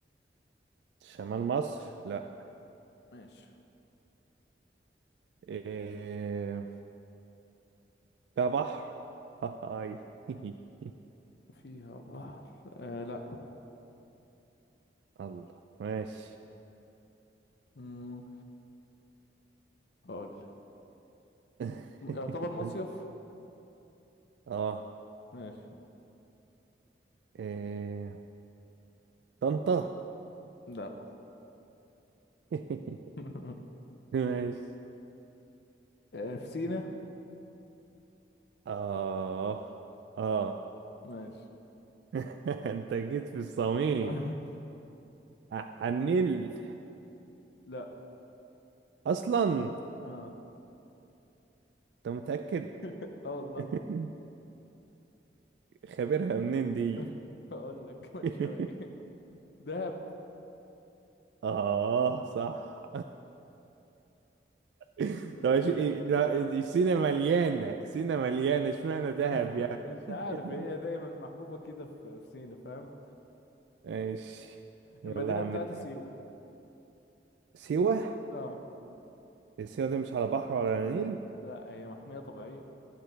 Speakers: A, on the right; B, on the left.
A: شمال مصر لا
B: ماشي
A: ايه ده بحر هاي <laughs>
B: فيها بحر آه لا
A: الله ماشي
B: مم. هقول
A: <laughs>
B: م- يعتبر مصيف
A: اه
B: ماشي
A: إيه... طنطا
B: لا
A: <laughs>
B: <laughs>
A: ماشي
B: آه في سينا
A: آه آه
B: ماشي
A: <laughs> أنت جيت في الصميم
B: <laughs>
A: ع- على النيل
B: لا
A: أصلا
B: اه
A: أنت متأكد
B: <laughs> اه والله
A: <laughs> خبرها منين دي
B: <laughs> هقول لك كمان
A: <laughs>
B: شوية دهب
A: آه صح <laughs>
B: المدينة
A: طب إيش- إيه- لا، سينا مليانة سينا مليانة اشمعنى دهب
B: <laughs>
A: يعني
B: مش
A: <laughs>
B: عارف هي دايما محبوبة كده في في سينا فاهم
A: ماشي يلا
B: المدينة
A: يا
B: بتاعت
A: عم تاني
B: سيوة
A: سيوة
B: اه
A: سيوة دي مش على بحر ولا على نيل
B: لا هي محمية طبيعية